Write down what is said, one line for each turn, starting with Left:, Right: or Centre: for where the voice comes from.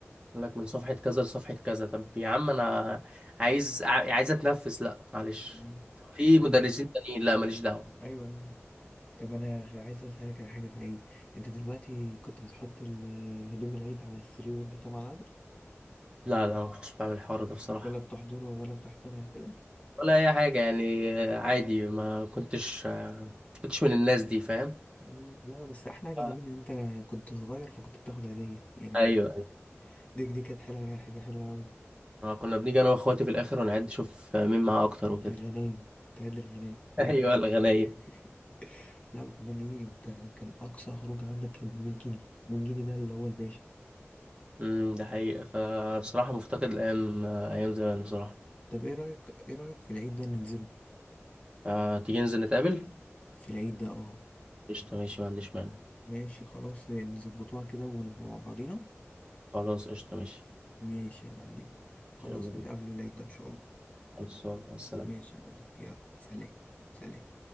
Right: يقول لك من صفحه كذا لصفحه كذا طب يا عم انا عايز ع- عايز اتنفس لا معلش
Left: مم.
Right: طب في
Left: ايوه
Right: مدرسين تانيين لا ماليش دعوه
Left: ايوه ايوه طب انا عايز اسالك على حاجه في العيد انت دلوقتي كنت بتحط ال- آه، هدوم العيد على السرير وانت طبعا على الارض
Right: لا لا ما كنتش بعمل الحوار ده بصراحه
Left: ولا بتحضرها ولا بتحضرها كده
Right: ولا اي حاجه يعني آه، عادي ما كنتش آه، كنتش من الناس دي فاهم
Left: مم. لا بس احلى حاجه
Right: آه،
Left: زمان ان انت كنت صغير فكنت بتاخد هديه يعني ما-
Right: ايوه
Left: دي دي كانت حلوه حاجه حلوه قوي
Right: آه، كنا بنيجي انا واخواتي في الاخر ونعد نشوف مين معاه اكتر وكده
Left: الغنايم تعد الغنايم
Right: <laughs> ايوه الغنايب
Left: <laughs> لا وكمان ايه انت كان اقصى خروج عندك كانت ب 100 جنيه 100 جنيه ده اللي هو الباشا
Right: امم ده حقيقة فبصراحة مفتقد الايام آه، ايام زمان بصراحة
Left: طب ايه رايك ايه رايك في العيد ده ننزله
Right: آه، تيجي ننزل نتقابل
Left: في العيد ده اه
Right: قشطة ماشي ما عنديش مانع
Left: ماشي خلاص نظبطوها كده ونبقى مع بعضينا
Right: خلاص قشطة ماشي
Left: ماشي يا معلمي خلاص
Right: يلا بينا
Left: نتقابلوا العيد ده ان شاء الله
Right: خلصان مع السلامة
Left: ماشي يا معلمي يلا سلام سلام